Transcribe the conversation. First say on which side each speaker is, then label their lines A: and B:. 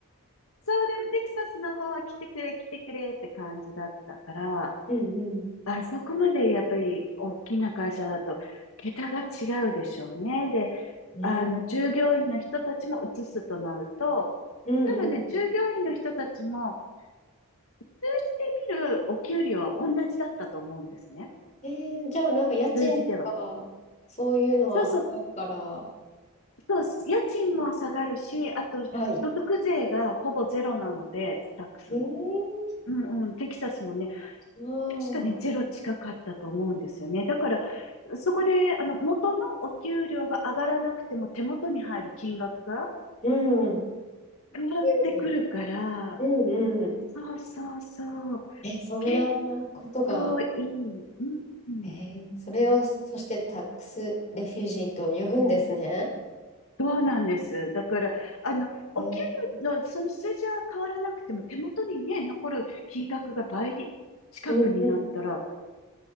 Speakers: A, on the left; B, on the left.
A: そう、でもテキサスの方は来てくれ、来てくれって感じだったから、
B: うん
A: あそこまでやっぱり大きな会社だと、桁が違うでしょうね。で、
B: うん。
A: あの、
B: <laughs> ね。
A: 従業員の人たちも移すとなると、
B: うんうん。
A: 多分ね、従業員の人たちも、数字で見るお給料は同じだったと思うんですね。
B: えー、じゃあ、なんか家賃とか、
A: 数字では。
B: そういうのは下がるから、
A: そうそう、そう、家賃も下がるし、あと、
B: はい。
A: 所得税がほぼゼロなので、スタックスも。
B: えー、
A: うんうん、テキサスもね、
B: ああ、
A: 確かね、ゼロ近かったと思うんですよね。だから、そこで、あの、元のお給料が上がらなくても手元に入る金額が
B: うん。
A: 変わってくるから、
B: 増えるうんうん。
A: そうそうそう、
B: え、そんなことが。
A: 結構いい。うん。
B: えー、それをそ、そしてタックスレフュージーと呼ぶんですね。
A: そうなんです。だから、あの、
B: えー、
A: お給料のその数字は変わらなくても手元にね、残る金額が倍近くになったら、
B: うんうん。